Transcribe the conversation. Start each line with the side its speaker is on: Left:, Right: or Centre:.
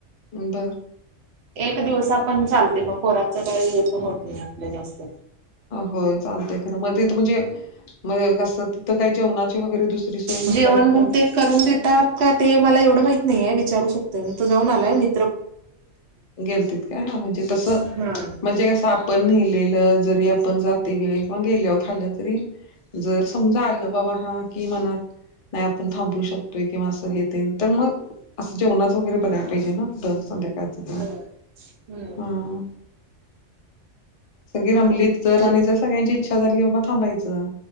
Left: बरं.
Right: एक दिवस आपण चालते मग पोरांच काही पण होत नाही आपल्या जास्त.
Left: हो चालते खरं मग तिथं म्हणजे कस तिथं काही जेवणा वगैरे दुसरी सोय म्हटलं
Right: जेवण
Left: अस
Right: बहुतेक
Left: तर.
Right: करून देतात का ते मला एवढं माहित नाहीे विचारू शकतोय मी तो जाऊन आलाय मी.
Left: गे का म्हणजे तस म्हणजे
Right: हा
Left: कस आपण नेलेलं जरी. आपण जाते वेळ किंवा गेल्यावर खाल्ल तरी जर समजा आलं बाबा हा कि मनात. नाही आपण थांबू शकतोय किंवा असं हे देईन तर मग असं जेवणाच वगैरे बघायला पाहिजे ना. दर संध्याकाळ च
Right: बरोबर हम्म
Left: हम. सगळी रमलीत तर
Right: तेच
Left: आणि जर सगळ्यांची इच्छा झाली बाबा थांबायचं.